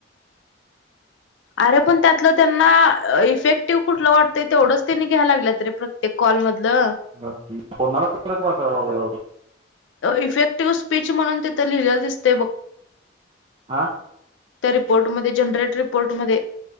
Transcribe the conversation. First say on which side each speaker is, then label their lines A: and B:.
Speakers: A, on the left; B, on the right.
A: अरे पण त्यातलं त्यांना अ इफेक्टिव्ह कुठलं वाटतंय तेवढंच त्यांनी घ्यायला लागल्यात प्रत्येक कॉलमध- ल
B: मग कोणाला <unintelligible> करायला लावल एवढं
A: इफेक्टिव्ह स्पीच म्हणून तिथं लिहिलेला दिसतय बघ
B: आ
A: त्या रिपोर्टमध्ये जनरेट रिपोर्टमध्ये